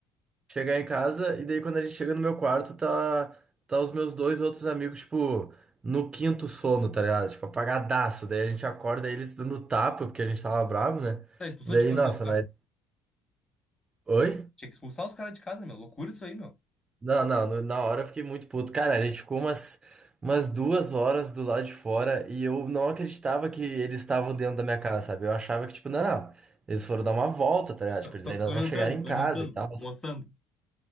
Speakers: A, on the right (about 25°); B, on the left (about 20°).
A: Chegar em casa, e daí quando a gente chega no meu quarto, tá, tá os meus dois outros amigos, tipo, no quinto sono, tá ligado? Tipo, apagadaço. Daí a gente acorda eles dando tapa, porque a gente tava bravo, né?
B: Tá, expulsou
A: Daí,
B: de casa,
A: nossa,
B: o cara.
A: mas. Oi?
B: Tinha que expulsar os caras de casa, meu. Loucura isso aí, meu.
A: Não, não, no- na hora eu fiquei muito puto. Cara, a gente ficou umas, umas duas horas do lado de fora e eu não acreditava que eles estavam dentro da minha casa, sabe? Eu achava que, tipo, não, não, eles foram dar uma volta, tá ligado?
B: Tô,
A: Tipo,
B: tô-
A: eles ainda
B: tô
A: não
B: jantando,
A: chegaram em
B: tô
A: casa
B: jantando,
A: e tal.
B: almoçando.